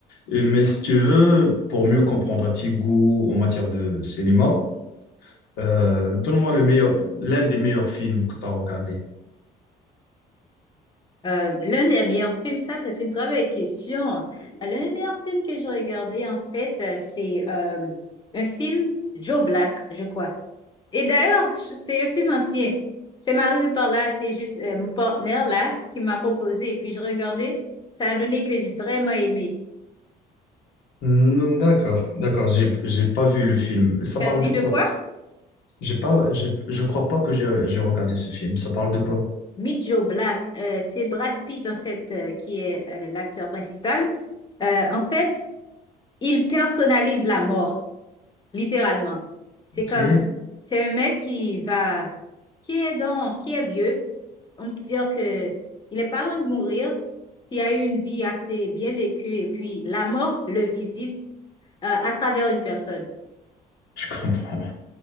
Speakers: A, on the left; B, on the left.
A: Et- mais si tu veux, pour mieux comprendre tes goûts en matière de cinéma, euh, donne-moi le meilleur, l'un des meilleurs films que tu as regardé.
B: Euh, l'un des meilleurs films, ça c'est une très belle question. Euh, L'un des meilleurs films que j'ai regardé en fait, euh, c'est euh, un film Joe Black, je crois. Et d'ailleurs, je- c'est un film ancien. C'est m'arrivé par là, c'est juste euh, mon partenaire là qui m'a proposé et puis je regardais. Ça a donné que j'ai vraiment aimé.
A: Hmm, D'accord, d'accord, j'ai, j'ai pas vu le film. Ça
B: Ça
A: parle
B: dit
A: de
B: de
A: quoi?
B: quoi?
A: J'ai pas, j'ai- je crois pas que j'ai j'ai regardé ce film. Ça parle de quoi?
B: Meet Joe Black. Euh, c'est Brad Pitt en fait euh, qui est euh, l'acteur principal. Euh, en fait, il personnalise la mort. littéralement. C'est
A: Ok,
B: comme, c'est un mec qui va, qui est dans, qui est vieux. On peut dire que il est pas loin de mourir, qui a eu une vie assez bien vécue et puis la mort le visite euh, à travers une personne.
A: je comprends.